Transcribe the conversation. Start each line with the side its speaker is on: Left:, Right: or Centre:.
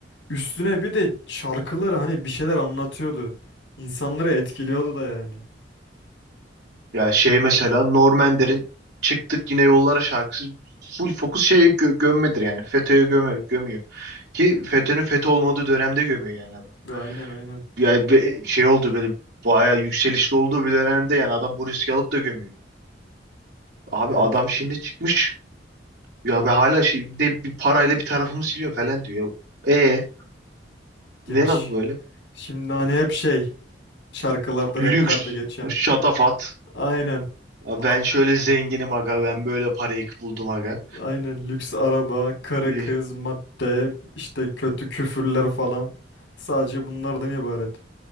Left: Üstüne bir de şarkıları hani bir şeyler anlatıyordu. İnsanları etkiliyordu da yani.
Right: Ya şey mesela Normander'in çıktık yine yollara şarkısı full fokus şeye gö- gömmedir yani. FETÖ'ye göme gömüyor. Ki FETÖ'nün FETÖ olmadığı dönemde gömüyor yani adam.
Left: Aynen aynen.
Right: Yani be- şey oldu böyle bayağı yükselişli olduğu bir dönemde yani adam bu riski alıp da gömüyor. Abi
Left: Evet.
Right: adam şimdi çıkmış ya be hala şey, bir de bir parayla bir tarafımı siliyor falan diyor. E ne
Left: Yaş.
Right: la bu böyle?
Left: Şimdi hani hep şey şarkılarda
Right: Lüks,
Left: raplerde geçen.
Right: şatafat.
Left: Aynen.
Right: Ya
Left: A-
Right: Ben şöyle zenginim aga ben böyle parayı buldum aga.
Left: Aynen lüks araba, karı
Right: E,
Left: kız, madde, işte kötü küfürler falan. Sadece bunlardan ibaret.